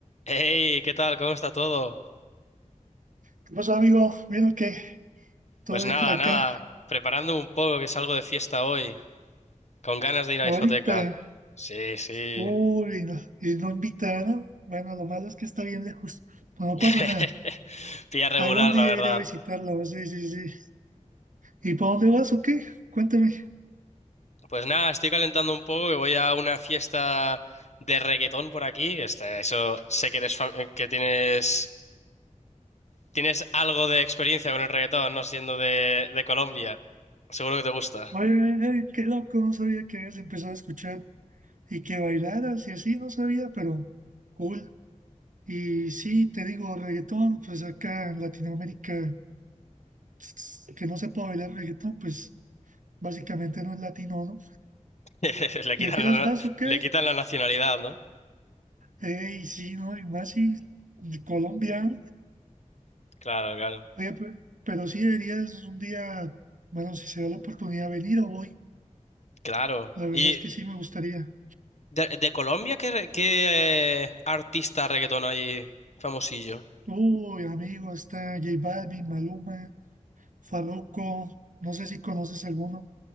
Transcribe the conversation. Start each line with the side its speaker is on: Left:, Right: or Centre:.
Left: Hey, ¿qué tal? ¿Cómo está todo?
Right: ¿Qué pasó, amigo? ¿Vieron que todo
Left: Pues
Right: bien
Left: nada,
Right: por acá?
Left: nada, preparándome un poco que salgo de fiesta hoy, con ganas de ir a
Right: Ahorita,
Left: discoteca. Sí, sí.
Right: uy, no, y no invitaron. Bueno, lo malo es que está bien lejos. No
Left: <laughs>
Right: no pasa nada.
Left: Pilla regular,
Right: Algún día
Left: la verdad.
Right: iré a visitarlo. Pues, Sí, sí, sí. ¿Y para dónde vas o qué? Cuéntame.
Left: Pues nada, estoy calentando un poco que voy a una fiesta de reggaetón por aquí, que está, eso sé que eres fa- que tienes tienes algo de experiencia con el reggaetón, no siendo de, de Colombia. Seguro que te gusta.
Right: Oye, eh, qué loco, no sabía que habías empezado a escuchar y que bailaras y así, no sabía, pero cool. Y sí, te digo, reggaetón, pues acá en Latinoamérica, <tsk> que no sepa bailar reggaetón, pues básicamente no es latino, ¿no?
Left: <laughs> Le quitan
Right: ¿Y a qué
Left: la,
Right: horas vas o qué?
Left: le quitan la nacionalidad, ¿no?
Right: Ey, sí, no, y más si de Colombia,
Left: Claro, claro.
Right: oye, pe- pero sí deberías un día, bueno, si se da la oportunidad, venir o voy.
Left: Claro.
Right: La verdad
Left: Y
Right: es que sí me gustaría.
Left: ¿De, de Colombia qué, qué, eh, artista reggaetón hay famosillo?
Right: Uy, amigo, está J Balvin, Maluma, Farruko, no sé si conoces alguno.